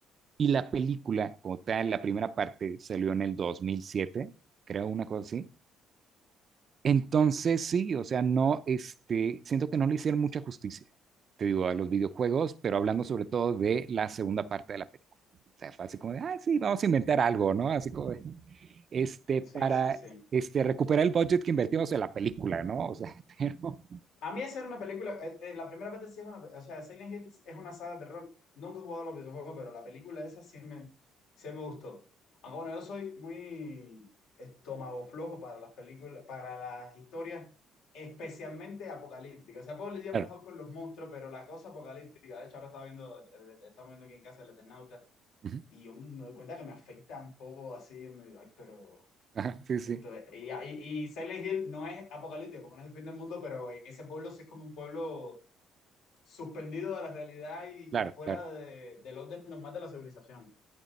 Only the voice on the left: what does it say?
sí, sí, sí.
A mí esa era una película, eh, eh, la primera parte sí es una, o sea, Silent Hill es una saga de terror. Nunca he jugado a los videojuegos, pero la película esa sí me, sí me gustó. Aunque bueno, yo soy muy estómago flojo para las películas, para las historias, especialmente apocalípticas. O sea, puedo lidiar
mejor con los monstruos, pero la cosa apocalíptica, de hecho ahora estaba viendo, eh, eh, estamos viendo aquí en casa el Eternauta,
y yo me doy cuenta que me afecta un poco así, me digo, ay, pero
esto, y, y, y Silent Hill no es apocalíptico, porque no es el fin del mundo, pero ese pueblo sí es como un pueblo suspendido de la realidad y,
y fuera
de, del orden normal de la civilización.